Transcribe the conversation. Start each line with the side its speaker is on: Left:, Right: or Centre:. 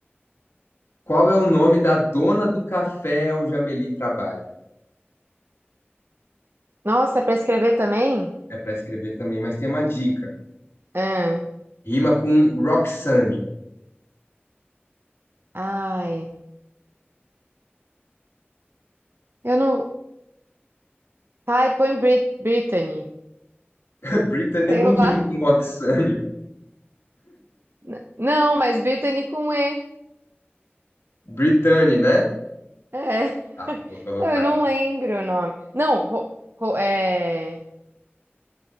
Left: Qual é o nome da dona do café onde a Amélie trabalha?
Right: Nossa, é para escrever também?
Left: É para escrever também, mas tem uma dica.
Right: Ah,
Left: Rima com Roxane.
Right: ai, eu não. Ai, põe Brit Brittany.
Left: <laughs> Brittany
Right: Sei
Left: não
Right: lá.
Left: rima com Roxane.
Right: N- Não, mas Brittany com E.
Left: Brittany, né?
Right: É. <laughs>
Left: Tá, vou colocar
Right: Não, eu não
Left: aqui.
Right: lembro o nome. Não, ro- ro- é.